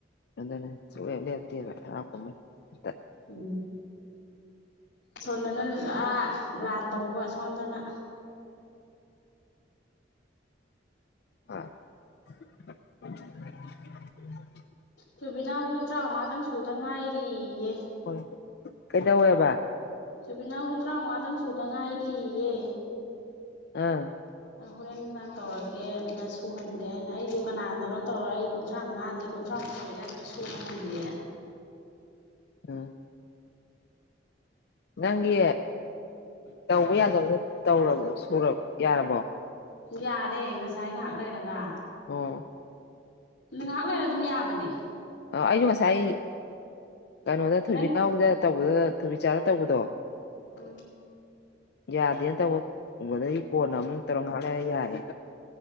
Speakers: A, on the left; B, on the left.
A: ꯅꯅ ꯆꯨꯂꯂꯦ ꯏꯔꯇꯦ ꯔꯄꯃꯦꯃꯦ ꯑ
B: ꯎꯝ ꯁꯣꯝꯗꯅ ꯂꯥ ꯂꯥꯟ ꯇꯧꯕ ꯁꯣꯝꯗꯅ
A: ꯑ <unintelligible> <inaudible>
B: ꯁꯨꯕꯤꯅꯥ ꯍꯧꯨꯁꯨ ꯇꯔꯥꯃꯉꯥꯗꯪ ꯁꯨꯗ ꯉꯥꯏꯔꯤꯌꯦ
A: ꯍꯣꯏ ꯀꯩꯗꯧꯋꯦꯕ
B: ꯁꯨꯕꯤꯅꯥꯎꯁꯨ ꯇꯔꯥꯃꯉꯥꯗꯪ ꯁꯨꯗ ꯉꯥꯏꯔꯤꯌꯦ
A: ꯑꯥ
B: ꯑ ꯍꯣꯔꯦꯟ ꯅꯨꯡꯗꯥꯡ ꯇꯧꯔꯛꯀꯦ ꯑꯃꯝꯇ ꯁꯨꯍꯟꯒꯦ ꯑꯅ ꯑꯩꯁꯨ ꯀꯅꯥꯗꯅꯣ ꯇꯧꯔꯛ ꯑꯩ ꯀꯨꯟꯊ꯭ꯔꯥ ꯃꯉꯥꯁꯦ ꯀꯨꯟꯊ꯭ꯔꯥ ꯄꯥꯂ ꯌꯥꯁꯨ ꯁꯋꯥꯅꯤꯗꯤ
A: ꯑꯝ ꯅꯪꯒꯤ ꯇꯧꯕ ꯌꯥꯗꯕꯅ ꯇꯧꯔꯕ ꯌꯥꯔꯕꯣ
B: ꯌꯥꯔꯦ ꯉꯁꯥꯏ ꯉꯥꯏꯍꯥꯛ ꯂꯩꯔꯒ
A: ꯑꯣ
B: ꯉꯥꯏꯍꯥꯛ ꯂꯩꯔ ꯑꯗꯨꯝ ꯌꯥꯕꯅꯦ
A: ꯑ ꯑꯩꯁꯨ ꯉꯁꯥꯏ ꯀꯩꯅꯣꯗ ꯊꯣꯏꯕꯤꯅꯥꯎꯗ
B: ꯅꯪ
A: ꯇꯧꯕꯗꯨ ꯑꯗꯨꯕꯤ ꯆꯥꯔ ꯇꯧꯕꯗꯣ
B: ꯎꯝ
A: ꯌꯥꯗꯦꯅ ꯇꯧꯕ ꯎꯗꯤ ꯀꯣꯟꯅ ꯑꯃꯨꯛ ꯇꯧꯔ ꯍꯥꯂꯑ ꯌꯥꯏꯑꯦ